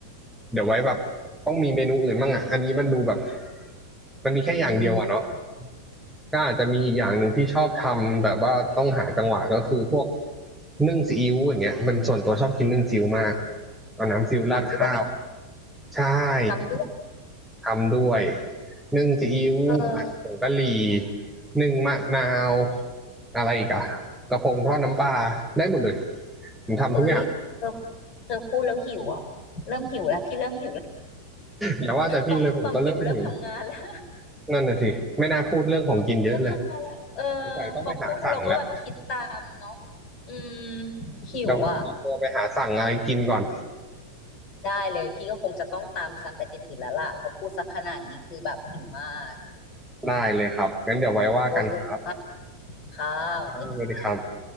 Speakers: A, in the centre; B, on the left.
A: เดี๋ยวไว้แบบต้องมีเมนูอื่นบ้างอ่ะ อันนี้มันดูแบบมันมีแค่อย่างเดียวอ่ะเนาะ
B: อืม
A: ก็อาจจะมีอีกอย่างหนึ่งที่ชอบทำแต่ว่าต้องหาจังหวะก็คือพวกนึ่งซีอิ๊วอย่างเงี้ยมันส่วนตัวชอบกินนึ่งซีอิ๊วมากเอาน้ำซีอิ๊วราดข้าว
B: ทำด้วย
A: ใช่
B: ทำด้วย
A: ทำด้วยนึ่งซีอิ๊วผัดผงกะหรี่
B: เออ
A: นึ่งมะนาวอะไรอีกอะกระพงทอดน้ำปลาได้หมดเลยผมทำทุกอย่าง
B: เอ้ยเธอเธอพูดแล้วหิวอ่ะ เริ่มหิวแล้วพี่เริ่มหิวแล้ว
A: อย่าว่าแต่พี่เลยผมก็เริ่มหิว
B: ตอมตอมหิวเริ่มทำงานแล้ว
A: นั่นน่ะสิไม่น่าพูดเรื่องของกินเยอะเลย
B: ตอมหิวเริ่มทำงานแล้วเออพอพูดแล้วเราก็แบบคิดตามเนาะ
A: สงสัยต้องไปหาสั่งแล้ว
B: อืมหิวอ่ะ
A: เดี๋ยวผมขอตัวไปหาสั่งอะไรกินก่อน
B: ได้เลยพี่ก็คงจะต้องตามซันไปติดๆแล้วล่ะเพอพูดสักขนาดนี้คือแบบหิวมาก
A: ได้เลยครับงั้นเดี๋ยวไว้ว่ากันครับ
B: โอเคค่ะค่ะสวัสดีค่ะ
A: เออสวัสดีครับ